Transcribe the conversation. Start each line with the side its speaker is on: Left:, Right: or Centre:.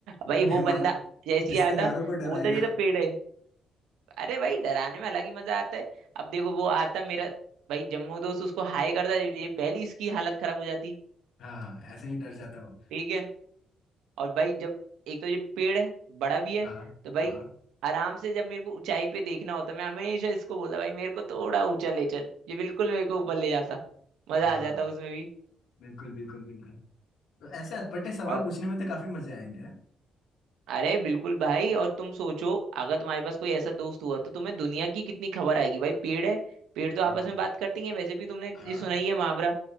Right: भाई
Left: मेहमान
Right: वो बंदा जैसे
Left: रिश्तेदारों
Right: ही आता वो
Left: को डराएगा
Right: बोलता जी तो पेड़ है अरे भाई डराने में अलग ही मजा आता है अब देखो वो आता मेरा भाई जम्बो दोस्त उसको हाय करता ये पहली इसकी हालत खराब हो जाती
Left: हाँ ऐसे ही डर जाता हूँ
Right: ठीक है और भाई जब एक तो ये पेड़ है बड़ा भी है
Left: हाँ
Right: तो भाई
Left: हाँ
Right: आराम से जब मेरे को ऊंचाई पे देखना होता मैं हमेशा इसको बोला भाई मेरे को थोड़ा ऊंचा ले चल ये बिल्कुल मेरे को ऊपर ले जाता मजा
Left: हाँ
Right: आ जाता उसमें भी
Left: बिल्कुल बिल्कुल बिल्कुल तो ऐसे अटपटे सवाल
Right: अब
Left: पूछने में तो काफी मजे आएंगे ना
Right: अरे बिल्कुल भाई और तुम सोचो अगर तुम्हारे पास कोई ऐसा दोस्त हुआ तो तुम्हें दुनिया की कितनी खबर आएगी भाई पेड़ है पेड़ तो आपस
Left: हाँ
Right: में बात करती है वैसे भी तुमने
Left: हाँ
Right: ये सुना ही है मुहावरा